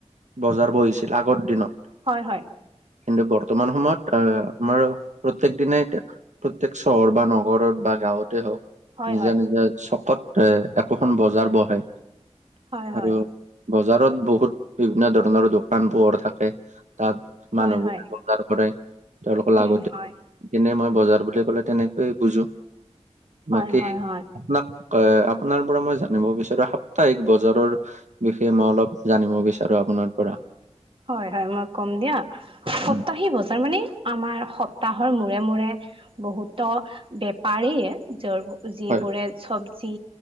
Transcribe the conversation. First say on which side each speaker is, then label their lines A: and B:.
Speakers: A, on the right; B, on the right.
A: বজাৰ বহিছিল আগৰ দিনত।
B: হয়, হয়।
A: কিন্তু, বৰ্তমান সময়ত, আঁ আমাৰ, প্ৰত্যেক দিনে প্ৰত্যেক, চহৰ বা নগৰত বা গাঁৱতে হওঁক
B: হয়
A: নিজা- নিজা ছপত, এ, একোখন বজাৰ বহে।
B: হয় হয় হয়
A: আৰু বজাৰত বহুত, বিভিন্ন ধৰণৰ দোকান, পোহৰ থাকে, তাত। মানুহবোৰে
B: হয়, হয়।
A: <unintelligible> তেওঁলোকৰ লাগতি
B: উম হয়
A: কেনে মই বজাৰ বুলি ক'লে তেনেকৈয়ে বুজো।
B: হয়
A: বাকী
B: হয় হয়
A: আপোনাক আপোনাৰ পৰা মই জানিব বিচাৰো সাপ্তাহিক বজাৰৰ বিষয়ে মই অলপ জানিব বিচাৰো আপোনাৰ পৰা।
B: হয় হয় মই কম দিয়া সপ্তাহি
A: উম,
B: বজাৰ মানে আমাৰ সপ্তাহৰ মূৰে - মূৰে বহুতো, বেপাৰীয়ে <unintelligible> যিবোৰে
A: হয়
B: চবজি।